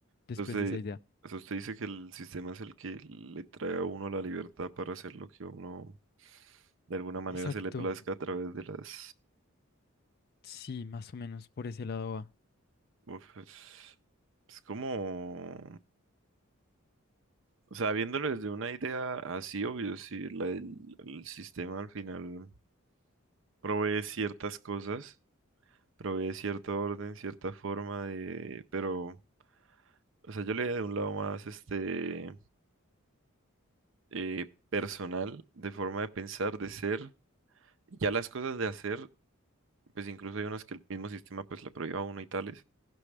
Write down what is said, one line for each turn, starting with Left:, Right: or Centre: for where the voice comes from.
Left: después
Right: Entonces,
Left: de esa idea.
Right: o sea, usted dice que el sistema es el que le trae a uno la libertad para hacer lo que uno de alguna manera
Left: Exacto,
Right: se le plazca a través de las...
Left: sí, más o menos por ese lado va.
Right: Uf, es, es como... O sea, viéndolo desde una idea así, obvio, si el, el sistema al final provee ciertas cosas, provee cierto orden, cierta forma de... Pero, o sea, yo le de un lado más este eh, personal, de forma de pensar, de ser, ya las cosas de hacer, pues incluso hay unas que el mismo sistema pues la prohíba a uno y tales